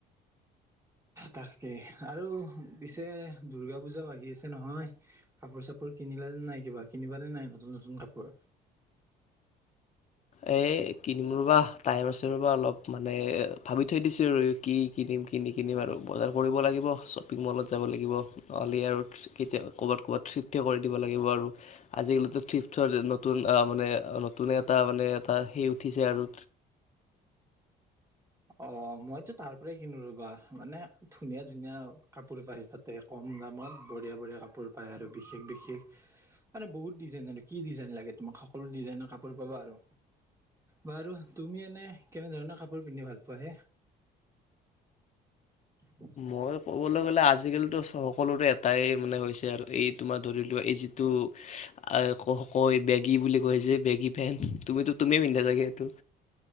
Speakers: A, on the right; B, on the left.
A: তাকে আৰু পিছে দুৰ্গা পূজাও লাগি আছে নহয়, কাপোৰ চাপোৰ কিনিলা যেন নাই কিবা কিনিবানে নাই নতুন নতুন কাপোৰ।
B: এ 'কিনিম ৰবা টাইম আছে ৰবা অলপ মানে ভাবি থৈ দিছো ৰ, কি কিনিম কিনি কি নিকিম আৰু বজাৰ কৰিব লাগিব শ্বপিং মলত যাব লাগিব অ' আৰু কেতি কৰ'বাত কবাত থিফট কৰি দিব লাগিব আৰু আজিকালিটো থিফটৰ নতুন মানে নতুনে এটা মানে সেই উঠিছে আৰু
A: অ' মইতো তাৰ পৰাই কিনো ৰবা মানে ধুনীয়া ধুনীয়া কাপোৰ পায় তাতে কম দামত বঢ়িয়া বঢ়িয়া কাপোৰ পায় আৰু বিশেষ বিশেষ মানে বহুত ডিজাইন আৰু কি ডিজাইন লাগে, তোমাক সকলো ডিজাইনৰ কাপোৰ পাবা আৰু বাৰু আৰু তুমি এনে কেনেধৰণৰ কাপোৰ পিন্ধি ভাল পো পোৱা হে? <inaudible>
B: মই ক'বলৈ গ'লে আজিকালিটো সকলোৰে এটাই মানে হৈছে আৰু এই তোমাৰ ধৰি লোৱা এই যিটো এই বেগী বুলি কৈ যে বেগী পেন তুমো তুমি পিন্ধা চাগে এইটো?